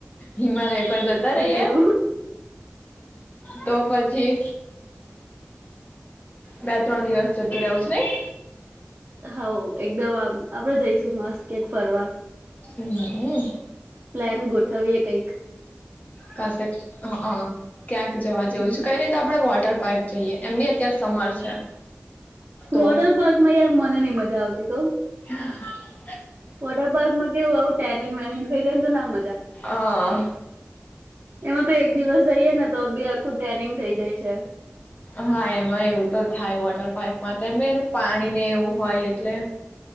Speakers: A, on the left; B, on the right.
A: હિમાલય પર જતા રહીએ
B: કરવું
A: તો પછી બે ત્રણ દિવસ જતું રહવું છ નહી
B: હઉ એકદમ આમ આપડે જઈશું મસ્ત કેક ફરવા
A: હમ હમ.
B: પ્લાન ગોઠવવીએ કઈ.
A: ક ક્યાં. જોવાવું
B: હમ
A: છ છે કઈ નહી તો આપડા વ. વટર પારપ જોઈએ એમ બી અત્યારે સમર છે.
B: વોટર
A: તો
B: પાર્કમાં યાર મને નહીં મજા આવતી કઉ.
A: હા.
B: વોટર પાર્કમાં કેવું આવું ટેનિંગ વેનિંગ થઈ જાય તો ના મ
A: અહા.
B: એમાં તો એક દિવસ જઈએ ને તો બી આખું ટ્રેનિંગ થઇ જાય છે.
A: હા, એમાં એવું તો થાય વોટર પાર્કમાં તેમ એનું પાણીને એવું હોય એટલે